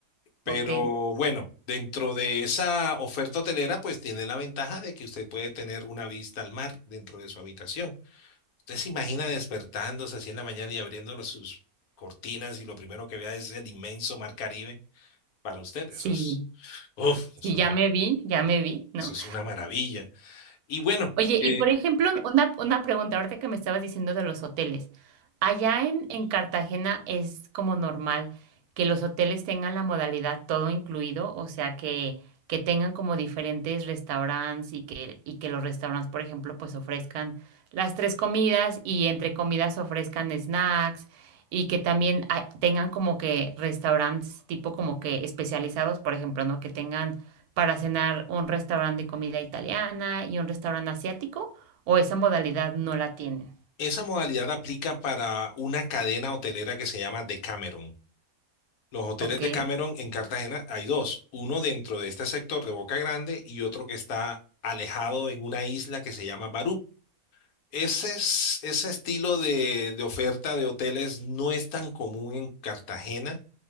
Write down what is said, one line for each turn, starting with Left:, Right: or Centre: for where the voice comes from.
Left: Pero
Right: ok.
Left: bueno, dentro de esa oferta hotelera, pues tiene la ventaja de que usted puede tener una vista al mar dentro de su habitación. Usted se imagina despertándose así en la mañana y abriendo las- sus cortinas y lo primero que vea es el inmenso mar Caribe para usted.
Right: Sí,
Left: Eso es, uf,
Right: sí,
Left: eso
Right: ya
Left: es,
Right: me vi, ya me vi, ¿no?
Left: eso es una maravilla. Y bueno,
Right: Oye,
Left: eh,
Right: y por ejemplo, una, una pregunta, ahorita que me estabas diciendo de los hoteles. Allá en, en Cartagena es como normal que los hoteles tengan la modalidad todo incluido, o sea, que, que tengan como diferentes restaurantes y que, y que los restaurantes, por ejemplo, pues ofrezcan las tres comidas y entre comidas ofrezcan snacks y que también ah, tengan como que restaurantes tipo como que especializados, por ejemplo, ¿no? Que tengan para cenar un restaurante de comida italiana y un restaurante asiático, o esa modalidad no la tienen.
Left: esa modalidad aplica para una cadena hotelera que se llama Decameron. Los hoteles
Right: Ok,
Left: de Cameron en Cartagena hay dos, uno dentro de este sector de Boca Grande y otro que está alejado en una isla que se llama Barú. Ese, es- ese estilo de, de oferta de hoteles no es tan común en Cartagena.